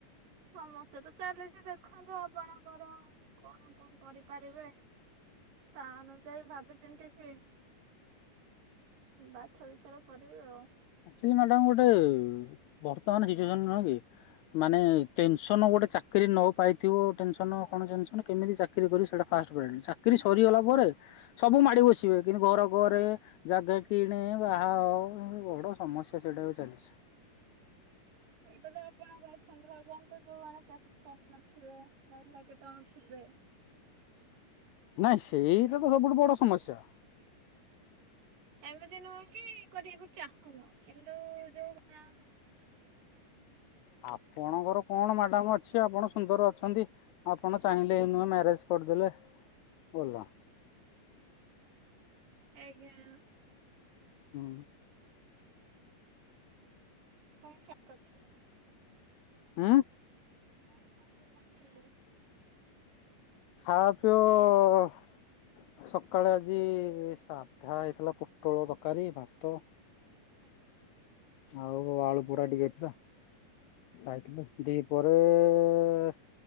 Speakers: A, on the right; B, on the left.
A: ସମସ୍ୟା ତ ଚାଲିଛି ଦେଖନ୍ତୁ ଆପଣଙ୍କର କଣ କଣ କରିପାରିବେ ତା ଅନୁଯାୟୀ ଭାବିଛନ୍ତି କି ବାଛ ବିଛର କରିବେ ଆଉ।
B: ଏକ ଚୁଳି ମ୍ୟାଡ ଗୋଟେ ବର୍ତ୍ତମାନ ସିଚୁଏସନ ନୁହେଁ କି ମାନେ ଟେନସନ ଗୋଟେ ଚାକିର ନ ପାଇଥିବ ଟେନସନ କଣ ଟେନସନ କେମିତି ଚାକିରରି କରି ସେଟା ଫାଷ୍ଟ ଚାକିରି ସରିଗଲା ପରେ ସବୁ ମାଡି ବସିବେ କିନ୍ତୁ ଘର ଘରେ ଜାଗା କିଣେ ବାହା ହୋ ବଡ ସମସ୍ୟା ସେଇଟାକୁ ଚାଲିଛି।
A: ଏଇଟା ତ କଣ କରଛନ୍ତି ଭାବ। ତ ଯୋଉମାନୋନ ଚାକିରୀ କରି ନଥିବେ ମ ଭଳା କେତେ କଣ ଥିବେ।
B: ନାଇଁ ସେଇଟା ତ ସବୁଠୁ ବଡ ସମସ୍ୟା।
A: କେମିତି ନୁହେଁ କି କରିବାକୁ ଚାହୁଁନୁ କିନ୍ତୁ ଯୋଉ ନ
B: ଆପଣଙ୍କର କଣ ମ୍ୟାଡାମ୍ ଅଛି ଆପଣ ସୁନ୍ଦର ଅ ଅଛନ୍ତି ଆପଣ ଚାହିଁଲେ ନୁହେଁ ମ୍ୟାରେଜ କରିଦେଲେ ଗଲା।
A: ଆଜ୍ଞା।
B: ହୁଁ।
A: କଣ ଖି <unintelligible> କରିଥିଲେ?
B: ଉଁ?
A: କଣ ଖାଆ ପିଆ କରିଥିଲେ?
B: ଖାଆ ପିଅ ସକାଳେ ଆଜି ସାଧା ହେଇଥିଲା ପୋଟଳ ତରକାରୀ ଭାତ।
A: ଆଜ୍ଞା।
B: ଆଉ ଆଳୁ ପୋଡ଼ା ଟିକେ ହେଇଥିଲା। ଖାଇଥିଲ କି? ଦି ପରେ-ରେ-ରେ